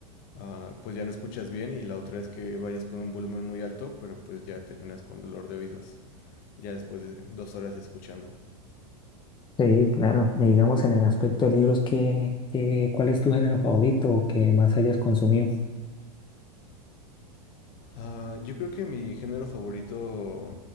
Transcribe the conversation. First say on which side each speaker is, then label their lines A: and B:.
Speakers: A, on the left; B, on the left.
A: ah, pues ya no escuchas bien y la otra es que vayas con un volumen muy alto, pero pues ya terminas con dolor de oídos, ya después de dos horas escuchando.
B: Sí, claro. Y digamos en el aspecto de libros, ¿qué, qué, cuál es tu género favorito o que más hayas consumido?
A: Ah, yo creo que mi género favorito